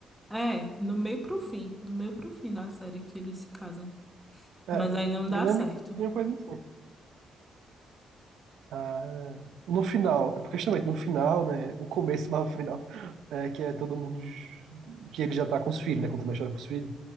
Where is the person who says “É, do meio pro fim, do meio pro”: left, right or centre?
Centre